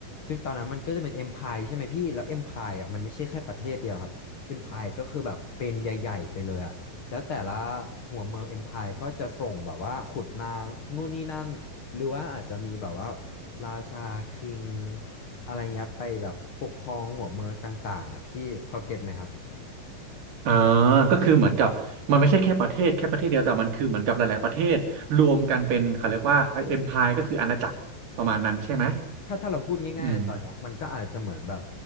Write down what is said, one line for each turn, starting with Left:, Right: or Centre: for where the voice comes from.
Left: ซึ่งตอนนั้นมันก็จะเป็น Empire ใช่ไหมพี่แล้ว Empire อ่ะมันไม่ใช่แค่ประเทศเดียวครับ Empire ก็คือแบบเป็นใหญ่ๆไปเลยอ่ะแล้วแต่ละหัวเมือง Empire ก็จะส่งแบบว่าขุดนางนู่นนี่นั่นหรือว่าอาจจะมีแบบว่าราชาคิงอะไรเงี้ยไปแบบปกครองหัวเมืองต่างๆอ่ะพี่พอเก็ตไหมครับ
Right: อ่าก็คือเหมือนกับมันไม่ใช่แค่ประเทศแค่ประเทศเดียวแต่มันคือเหมือนกับหลายๆประเทศรวมกันเป็นเขาเรียกว่าเอ็มพายก็คืออาณาจักรประมาณนั้นใช่ไหม
Left: ถ้าถ้าเราพูดง่ายๆในตอนเนี้ยมันก็อาจจะเหมือนแบบ
Right: อืม